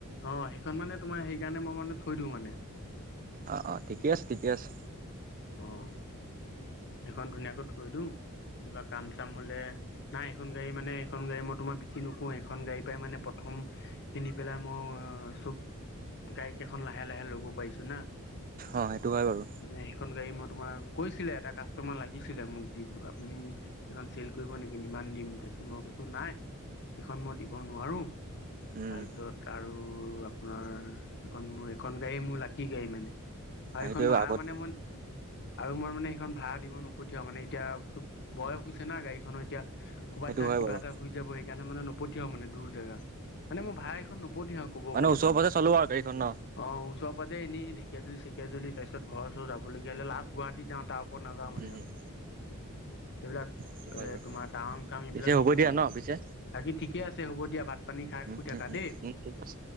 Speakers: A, on the left; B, on the right.
A: অ সেইখন মানে তোমাৰ সেইকাৰণে মই মানে থৈ দিওঁ মানে।
B: অ অ ঠিকে আছে ঠিকে আছে।
A: অঁ। সেইখন ধুনীয়াকৈ থৈ দিওঁ কিবা কাম চাম হ'লে। নাই এখন গাড়ী মানে এইখন গাড়ী মই তোমাৰ বিক্ৰী নকৰো, সেইখন গাড়ী পাই মানে প্ৰথম। কিনি পেলাই মই, চব গাইকেইখন লাহে লাহে লব পাৰিছো না।
B: অ', সেইটো হয় বাৰু।
A: মানে সেইখন গাড়ী মই তোমাৰ কৈছিলে এটা কাচ কাষ্টমাৰ লাগিছিলে, মোক দি আপুনি এইখন চেল কৰিব নেকি? ইমান দিম, তাৰপিছত মই কৈছোঁ নাই। এইখন মই দিব নোৱাৰো,
B: উম,
A: তাৰপিছত আৰু আপোনাৰ, এইখন মোৰ এইখন গাড়ীয়েই মোৰ লাকি গাড়ী মানে। আৰু
B: সেইটোৱে
A: এইখন ভাড়া
B: আগত
A: মানে মই, আৰু মই মানে সেইখন ভাড়াত। দিব নপঠিয়াও মানে এতিয়াব বয়স হৈছে না গাড়ীখনৰ এয়া ক'ৰবাত
B: সেইটো
A: দে
B: হয়
A: কিবা
B: বাৰু
A: এটা হৈ যাব। সেইকাৰণে মানে নপঠিয়া মানে দূৰ জাগা। মানে মোৰ ভাই এখন নোপঠিহ আৰু ক'ব গ'লে
B: ওচৰে
A: মানে।
B: পাজৰে চলো আৰু গাড়ীখন ন?
A: অ ওচৰ প যে এনে ঢেকীয়াজুলি সেকিয়াজুলি তাৰ পিছ ঘৰচৰ যাবলীয়া হ'লে লাষ্ট গুৱাহাটী যওঁ তাৰ ওপৰত। নাযাওঁ
B: উম,
A: মানে
B: উম,
A: আৰু
B: উম,
A: এইবিলাক এ
B: সেইটো হয় বাৰু
A: তোমাৰ টাৱং চাং এইবিলাক
B: পিছে হ'ব
A: নিনো
B: দিয়া
A: মানে।
B: ন পিছে
A: বাকী ঠিকে আছে হ'ব দিয়া ভাত পানী খাই
B: উম,
A: শুই থাককা
B: উম, উম,
A: দেই।
B: উম, ঠিক আছে।